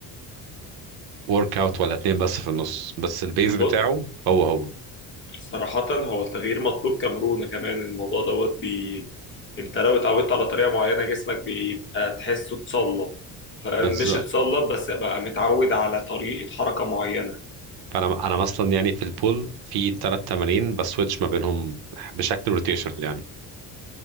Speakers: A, on the right; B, on the left.
A: ورك اوت ولا اتنين بس في النص بس البيز بتاعه
B: بص
A: هو هو
B: صراحة هو التغيير مطلوب كمرونة كمان الموضوع دوت بي... انت لو اتعودت على طريقة معينة جسمك بيبقى تحسه اتصلب فمش
A: بالظبط
B: اتصلب بس بقى متعود على طريقة حركة معينة
A: فانا انا مثلا يعني في البول في ثلاث تمارين بسويتش ما بينهم بشكل روتيشنال يعني